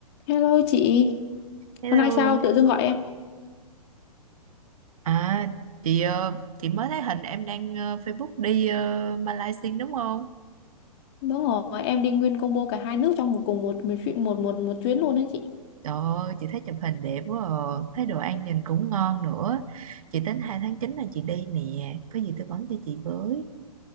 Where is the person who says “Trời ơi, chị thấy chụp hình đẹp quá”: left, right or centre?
Right